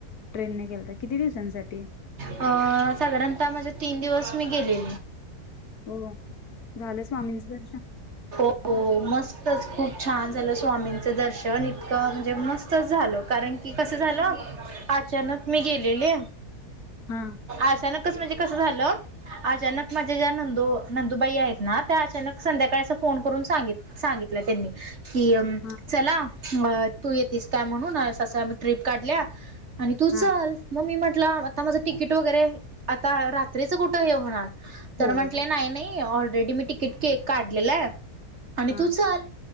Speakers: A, on the left; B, on the right.
A: ट्रेन ने गेलतां किती दिवसांसाठी
B: अं साधारणतः माझे तीनं दिवसं मी गेलेले
A: हो वं झालं स्वामींचं दर्शन
B: हो हो मस्तंच खूंप छान झालं स्वामींचं दर्शन इतकं म्हणजे मस्तंच झालं कारणं की ते कसं झालं अचांनक मी गेलेले
A: हा
B: अचांनक म्हणजे असं झालं अचांनक माझ्यां ज्यां नंदू नंदुबाई आहेतं नां त्यां अचांनक संध्याकाळी असं फोन करूंन सांगितल सांगितलं त्यांनी कि
A: हा
B: चलां तूं येतीस कायं म्हणूंन असं आम्हीं ट्रिप काढल्यां आणि तूं
A: हा
B: चलं मंग मी म्हटलं आंता माझं तिकीट वगैरें आंता रात्रीचं कुठं हे होणारं तरं
A: होय
B: म्हंटले नाहीं नाहीं ऑलरेडी मी तिकीट तिकीट काढलेला आहे आणि
A: हा
B: तूं चलं